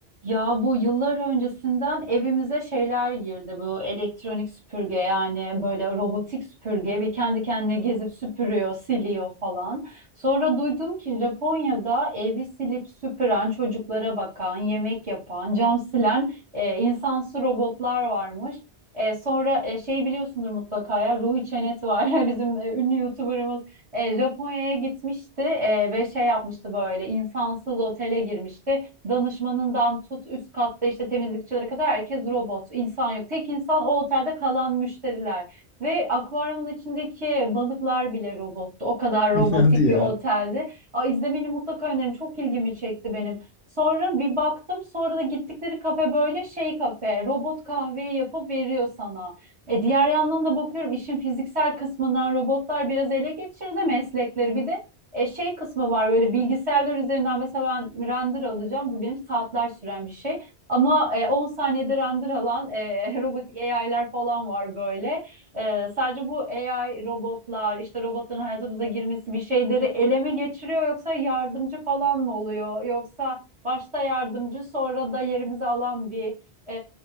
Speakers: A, on the right (about 35°); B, on the left (about 65°).
A: Ya bu yıllar öncesinden evimize şeyler girdi bu elektronik süpürge yani böyle robotik süpürge bir kendi kendine gezip süpürüyor, siliyor falan. Sonra duydum ki Japonya'da evi silip süpüren, çocuklara bakan, yemek yapan, cam silen e, insansı robotlar varmış. E, sonra e, şey biliyorsundur mutlaka ya Ruhi Çenet var <laughs> bizim e, ünlü YouTuber'ımız e, Japonya'ya gitmişti e, ve şey yapmıştı böyle insansız otele girmişti danışmanından tut üst katta işte temizlikçilere kadar herkes robot. insan yok. Tek insan o otelde kalan müşteriler. Ve akvaryumun içindeki balıklar bile robottu. O kadar robotik
B: <laughs> Hadi
A: bir
B: ya.
A: oteldi. Aa, izlemeni mutlaka öneririm. Çok ilgimi çekti benim. Sonra bir baktım sonra da gittikleri kafe böyle şey kafe robot kahveyi yapıp veriyor sana. E diğer yandan da bakıyorum işin fiziksel kısmından robotlar biraz ele geçirdi meslekleri bir de e, şey kısmı var böyle bilgisayarlar üzerinden mesela ben render alacağım. Bu benim saatler süren bir şey. Ama e, 10 saniyede render alan e, <laughs> robotik AI'ler falan var böyle. E, sadece bu AI robotlar işte robotların hayatımıza girmesi bir şeyleri ele mi geçiriyor yoksa yardımcı falan mı oluyor? Yoksa başta yardımcı sonra da yerimizi alan bir e,